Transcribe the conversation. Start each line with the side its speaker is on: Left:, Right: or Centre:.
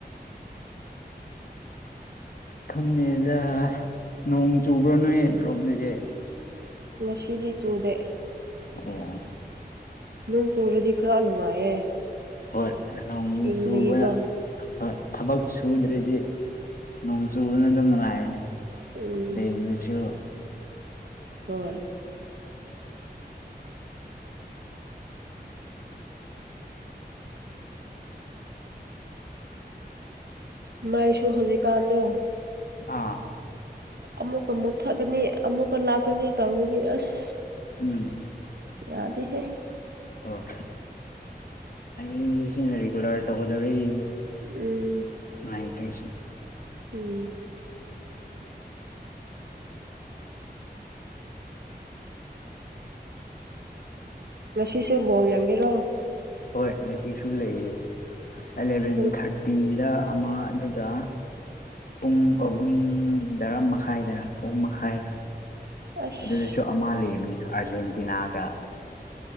Left: ꯈꯪꯅꯦꯗ ꯅꯣꯡ ꯆꯨꯕ꯭ꯔꯣ ꯅꯣꯏ ꯔꯣꯝꯗꯗꯤ
Right: ꯉꯁꯤꯗꯤ ꯆꯨꯗꯦ
Left: ꯑꯣ ꯑꯣ
Right: ꯅꯣꯡ ꯆꯨꯔꯗꯤ ꯈꯔ ꯅꯨꯡꯉꯥꯏꯌꯦ
Left: ꯍꯣꯏ ꯅꯣꯡ‌
Right: ꯏꯪꯕꯒꯤꯀꯣ
Left: ꯆꯨꯕꯅ ꯍꯣꯏ ꯊꯕꯛ ꯁꯨꯗ꯭ꯔꯗꯤ ꯅꯣꯡ ꯆꯨꯕꯅ ꯑꯗꯨꯝ ꯅꯨꯡꯉꯥꯏꯕꯅꯤ
Right: ꯎꯝ
Left: ꯕꯩꯕꯁꯨ
Right: ꯍꯣꯏ ꯃꯥꯏꯁꯨ ꯍꯧꯖꯤꯛꯀꯥꯟꯗꯣ
Left: ꯑꯥ
Right: ꯑꯃꯨꯛꯀ ꯃꯨꯠꯊꯛꯒꯅꯤ ꯑꯃꯨꯛꯀ ꯂꯥꯛꯀꯅꯤ ꯇꯧꯕꯒꯤ ꯑꯁ
Left: ꯎꯝ
Right: ꯌꯥꯗꯦꯍꯦ
Left: ꯍꯣꯏ ꯃꯩꯁꯤꯅ ꯔꯤꯒꯨꯂ꯭ꯔ ꯇꯧꯒꯗꯧꯕꯩ
Right: ꯎꯝ
Left: ꯅꯨꯡꯉꯥꯏꯇ꯭ꯔꯤꯁꯤ
Right: ꯎꯝ ꯉꯁꯤꯁꯨ ꯕꯣꯜ ꯌꯦꯡꯉꯤꯔꯣ
Left: ꯍꯣꯏ ꯉꯁꯤꯁꯨ ꯂꯩꯌꯦ ꯑꯦꯂꯚꯦꯟ
Right: ꯄꯨꯡ
Left: ꯊꯥꯔꯇꯤꯗ ꯑꯃ ꯑꯗꯨꯒ ꯄꯨꯡ ꯑꯍꯨꯝꯗꯔꯥ ꯃꯈꯥꯏꯗꯔ ꯑꯍꯨꯝ ꯃꯈꯥꯏꯔ
Right: ꯑꯁ
Left: ꯑꯗꯨꯗꯁꯨ ꯑꯃ ꯂꯩꯕꯅꯤ ꯑꯥꯔꯖꯦꯟꯇꯤꯅꯥꯒ